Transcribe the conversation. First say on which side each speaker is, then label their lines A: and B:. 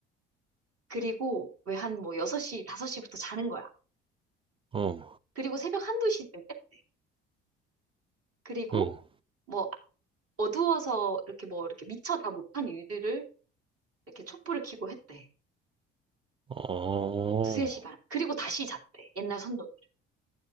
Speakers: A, on the right; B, on the right.
A: 그리고 왜 한 뭐 6시, 5시부터 자는 거야.
B: 어,
A: 그리고 새벽 한두시쯤 깼대. 그리고
B: 어,
A: 뭐 어두워서 이렇게 뭐 이렇게 미처 다 못한 일들을 이렇게 촛불을 켜고 했대.
B: 어.
A: 두세 시간. 그리고 다시 잤대. 옛날 선조.